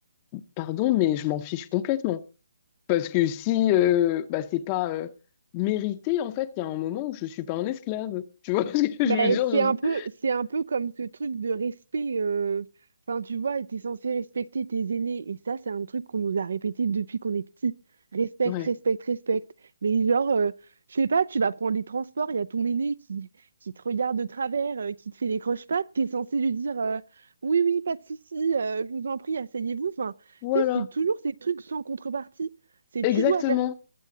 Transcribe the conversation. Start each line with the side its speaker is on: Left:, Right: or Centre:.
Left: Pardon, mais je m'en fiche complètement. Parce que si euh, bah, c'est pas euh, mérité, en fait, il y a un moment où je suis pas un esclave. Tu vois <laughs> ce que
Right: Mais
Left: je veux dire?
Right: c'est
Left: Je-
Right: un peu, c'est un peu comme ce truc de respect. euh, Enfin, tu vois, t'es censé respecter tes aînés. Et ça, c'est un truc qu'on nous a répété depuis qu'on est petit. Respecte,
Left: Ouais.
Right: respecte, respecte. Mais genre, euh, je sais pas, tu vas prendre les transports, il y a ton aîné qui, qui te regarde de travers, euh, qui te fait des croche-pattes, t'es censé lui dire euh, oui, oui, pas de souci, euh, je vous en prie, asseyez-vous. Enfin,
Left: Voilà.
Right: tu sais, c'est toujours ces trucs sans contrepartie. C'est
Left: Exactement.
Right: tu dois faire